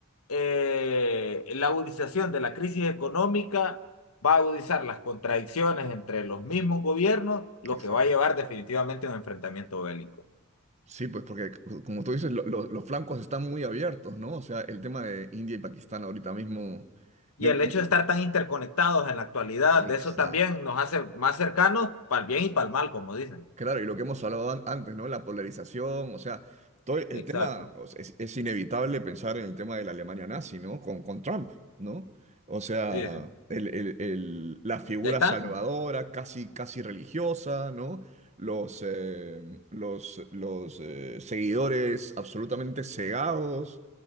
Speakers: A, on the left; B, on the right.
A: eh, la agudización de la crisis económica va a agudizar las contradicciones entre los mismos gobiernos, lo
B: exacto.
A: que va a llevar definitivamente a un enfrentamiento bélico.
B: Sí, pues porque c- como tú dices, lo- lo- los flancos están muy abiertos, ¿no? O sea, el tema de India y Pakistán ahorita mismo.
A: Y
B: me-
A: el hecho de estar tan interconectados en la actualidad,
B: Exacto.
A: de eso también nos hace más cercanos para el bien y para el mal, como dicen.
B: Claro, y lo que hemos hablado an- antes, ¿no? La polarización, o sea, todo el
A: Exacto.
B: tema, o sea, es, es inevitable pensar en el tema de la Alemania nazi, ¿no? Con, con Trump, ¿no? O sea,
A: Sí, sí.
B: el- el- el- la figura
A: ¿Ya está?
B: salvadora, casi, casi religiosa, ¿no? Los, eh, los, los eh, seguidores absolutamente cegados,